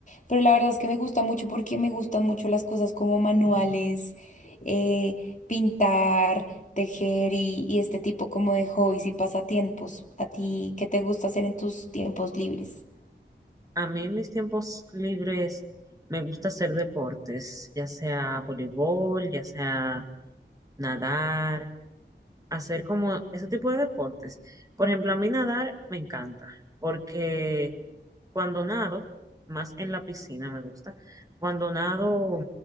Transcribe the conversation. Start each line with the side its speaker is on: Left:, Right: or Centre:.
Left: pero la verdad es que me gusta mucho porque me gustan mucho las cosas como manuales, eh, pintar, tejer y, y este tipo como de hobbies y pasatiempos. ¿A ti qué te gusta hacer en tus tiempos libres?
Right: A mí en mis tiempos libres me gusta hacer deportes, ya sea voleibol, ya sea nadar, hacer como ese tipo de deportes. Por ejemplo, a mí nadar me encanta porque Cuando nado, más en la piscina me gusta, cuando nado